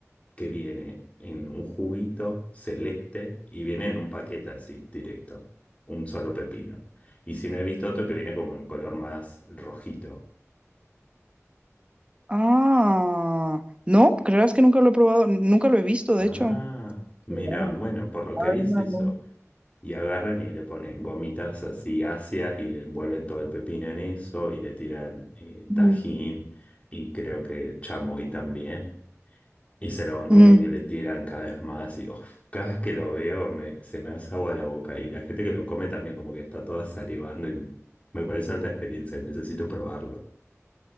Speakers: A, on the left; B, on the right.
A: que viene en un juguito celeste y viene en un paquete así, directo, un solo pepino. Y si no he visto otro que viene como en color más rojito.
B: Ah, no, creerás que nunca lo he probado, nunca lo he visto,
A: Ah,
B: de hecho.
A: mira,
B: Qué raro.
A: bueno, por lo
B: Ábrelo.
A: que vi es eso. Y agarran y le ponen gomitas así ácidas y envuelven todo el pepino en eso y le tiran eh, tajín
B: Mm.
A: y creo que chamoy también. Y se lo van
B: Ujú.
A: comiendo y le tiran cada vez más y uf, cada vez que lo veo me, se me hace agua la boca y la gente que lo come también como que está toda salivando y me parece alta experiencia y necesito probarlo.